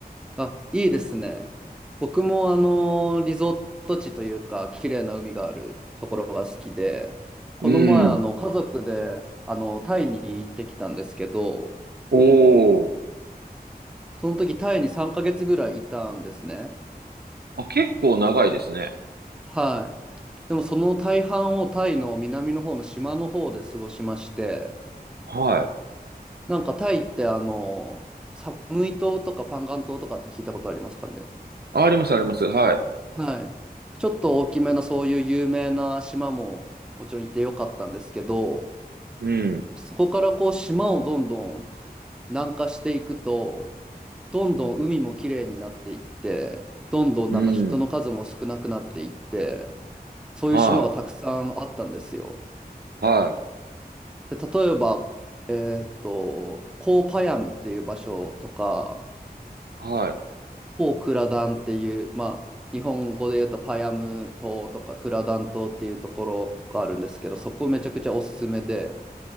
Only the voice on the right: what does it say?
うん。
おー。
あ、結構長いですね。
はい。
あ、あります、あります。はい。
うん。
うん。
はい。はい。
はい。